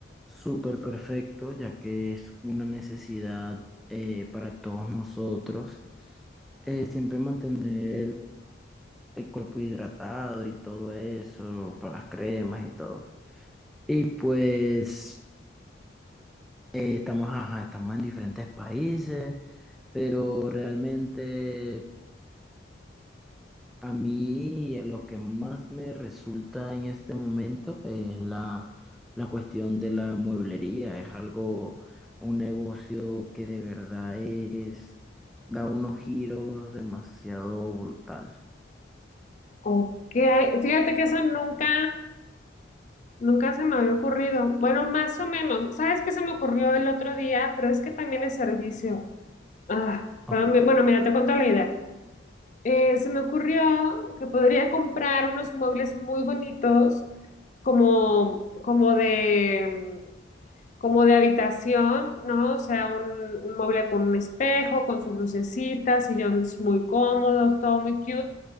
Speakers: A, in the centre; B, on the left.
A: súper perfecto, ya que es una necesidad eh, para todos nosotros. Eh, siempre mantener el cuerpo hidratado y todo eso, para las cremas y todo. Y pues eh, estamos, ajá, estamos en diferentes países, pero realmente A mí eh, lo que más me resulta en este momento es la, la cuestión de la mueblería. Es algo, un negocio que de verdad es, da unos giros demasiado brutal.
B: Ok, fíjate que eso nunca... Nunca se me había ocurrido. Bueno, más o menos. ¿Sabes qué se me ocurrió el otro día? Pero es que también es servicio. Ah, pero
A: O-
B: me- bueno, mira, te cuento la idea. Eh, se me ocurrió que podría comprar unos muebles muy bonitos, como, como de, mm, como de habitación, ¿no? O sea, un, un mueble con un espejo, con sus lucecitas, sillones muy cómodos, todo muy cute,